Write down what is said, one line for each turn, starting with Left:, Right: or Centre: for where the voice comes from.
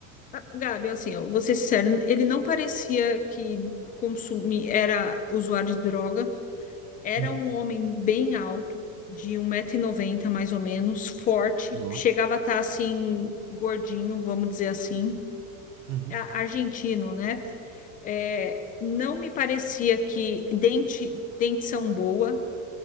Left: Ah, Gabi, assim, ó, vou ser sincero, ele não parecia que consumia, era usuário de droga. Era
Right: Uhum.
Left: um homem bem alto, de um metro e noventa mais ou menos, forte,
Right: Nossa.
Left: chegava a estar assim, gordinho, vamos dizer assim,
Right: Uhum.
Left: A- argentino, né? É, não me parecia que dente, dentição boa,